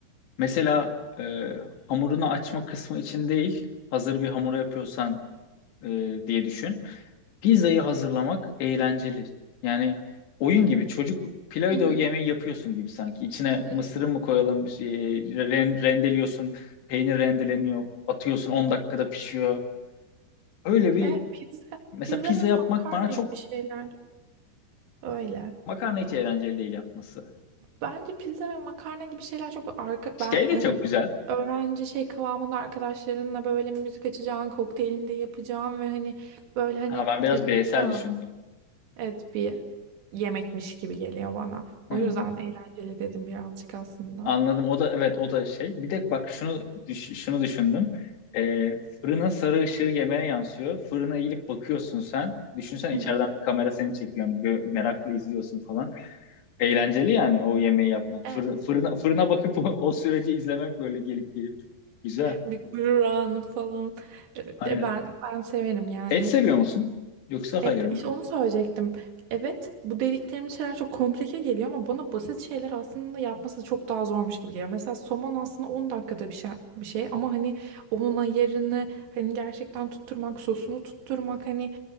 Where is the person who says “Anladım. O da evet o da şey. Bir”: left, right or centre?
Left